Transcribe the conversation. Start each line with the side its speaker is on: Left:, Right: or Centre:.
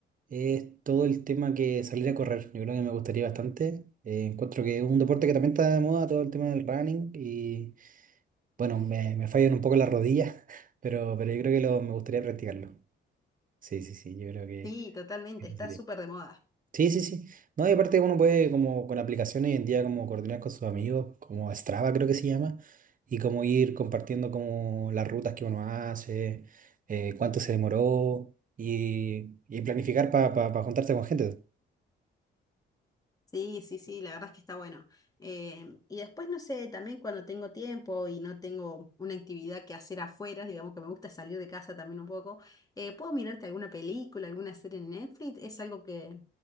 Right: es todo el tema que salir a correr. Yo creo que me gustaría bastante. Eh, encuentro que es un deporte que también está de moda, todo el tema del running, y bueno, me, me fallan un poco las rodillas, <laughs> pero, pero yo creo que lo, me gustaría practicarlo. Sí, sí, sí, yo creo que...
Left: Sí, totalmente,
Right: que eso
Left: está
Right: sería.
Left: súper de moda.
Right: Sí, sí, sí. No, y aparte uno puede como con aplicaciones hoy en día como coordinar con sus amigos, como Strava creo que se llama, y como ir compartiendo como las rutas que uno hace, eh, cuánto se demoró y, y planificar para juntarse con gente.
Left: Sí, sí, sí, la verdad es que está bueno. Em, y después, no sé, también cuando tengo tiempo y no tengo una actividad que hacer afuera, digamos que me gusta salir de casa también un poco, eh, puedo mirarte alguna película, alguna serie en Netflix, es algo que,